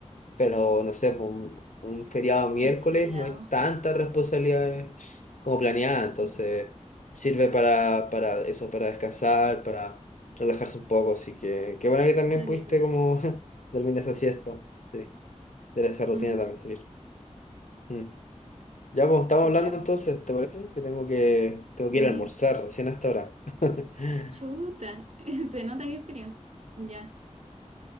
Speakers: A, on the left (about 85°); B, on the right (about 60°).
A: pero no sé, po, un, un feriado miércoles
B: un feriado.
A: no hay tantas responsabilidades como planeada, entonces
B: Ujú.
A: sirve para, para eso, para descansar, para relajarse un poco, así que qué bueno que también
B: Salir
A: pudiste
B: de.
A: como <laughs> dormir esa siesta, sí, de esa rutina
B: ujú.
A: también salir. Mm. Ya, pues estamos
B: Ya,
A: hablando
B: pues.
A: entonces, ¿te parece? Que tengo que, tengo
B: sí.
A: que ir a almorzar recién a esta hora. <laughs>
B: Chuta. <laughs> Se nota que es feriado. Ya.